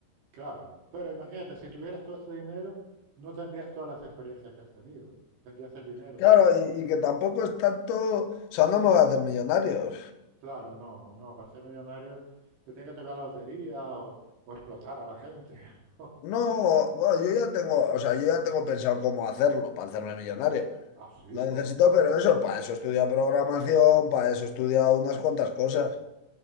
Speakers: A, on the right (about 55°); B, on the left (about 85°).
A: claro. Pero imagínate, si tuvieras todo ese dinero, no tendrías todas las experiencias que has tenido. Tendrías el dinero,
B: Claro,
A: sí.
B: y, y que tampoco es tanto. O sea, no me voy a hacer millonario.
A: Claro, no, no. Para ser millonario te tiene que tocar la lotería o, o explotar a la gente. <laughs>
B: No, bueno, yo ya tengo, o sea, yo ya tengo pensado cómo hacerlo para hacerme millonario.
A: Ah, sí,
B: Lo necesito,
A: ¿cómo?
B: pero eso, para eso he estudiado programación, para eso he estudiado unas cuantas cosas.